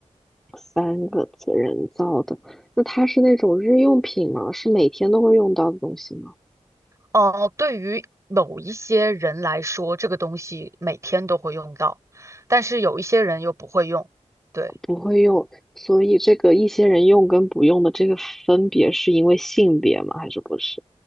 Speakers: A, in the centre; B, on the right (about 25°).
A: 三个字，人造的。那它是那种日用品吗？是每天都会用到的东西吗？
B: 哦、对于某一些人来说，这个东西每天都会用到，但是有一些人又不会用，对，
A: 不会用，所以这个一些人用跟不用的这个分别是因为性别吗？还是不是？